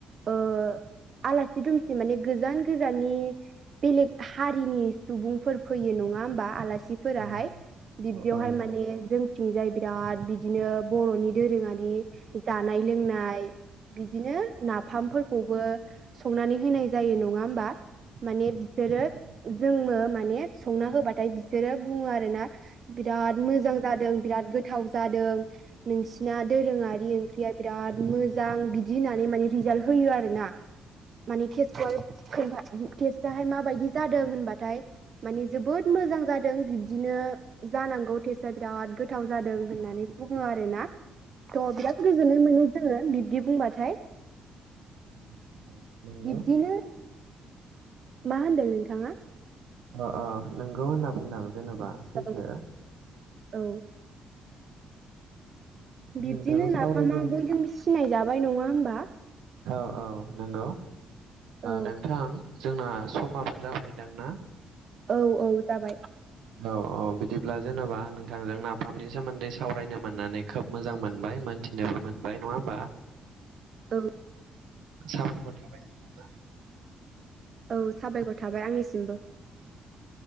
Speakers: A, on the right; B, on the right.
A: ओ आलासि दुमसि माने गोजान गोजाननि बेलेग हारिनि सुबुंफोर फैयो न ङा होमबा आलासिफोराहाय।
B: औ
A: बिब्दियावहाय
B: औ औ
A: माने जों थिंजाय बिराद बिदिनो बर'नि दोरोङारि जानाय लोंनाय बिदिनो नाफामफोरखौबो संनानै होनाय जायो नंङा होमबा माने बिसोरो
B: औ औ
A: जोंङो माने संना होबाथाय बिसोरो बुंङो आरो ना बिराद मोजां जादों बिराद गोथाव जादों नोंसिना दोरोंङारि ओंख्रिया बिराद मोजां बिदि होननानै माने रिजाल्ट होयो आरोना माने टेस्टखौ खोनथा टेस्टाहाय माबायदि जादों होनबाथाय माने जोबोद मोजां जादों बिब्दिनो जानांगौ टेस्टआ बिराद गोथाव जादों होननानै बुंङो आरो ना थ' बिराद गोजोननाय मोनो जोंङो बिब्दि बुंबाथाय
B: औ औ नंगौ
A: बिब्दिनो मा होनदों नोंथांङा
B: अ अ नंगौ होनना बुंदों जेन'बा सैथो
A: औ औ बिब्दिनो
B: नोंथां सावरायगौ
A: नाफामा बयजोंबो सिनाय जाबाय नंङा होनबा
B: औ - औ नंगौ
A: औ
B: नोंथां जोंना समाबो जाबायदांना
A: औ - औ जाबाय
B: औ - औ बिदिब्ला जेन'बा नोंथांजों नाफामनि सोमोन्दै सावरायनो मोननानै खोब मोजां मोनबाय मोनथिनोबो मोनबाय नंङा होमबा
A: औ
B: साबायखर थाबाय नोंथां
A: औ साबायखर थाबाय आंनिसिमबो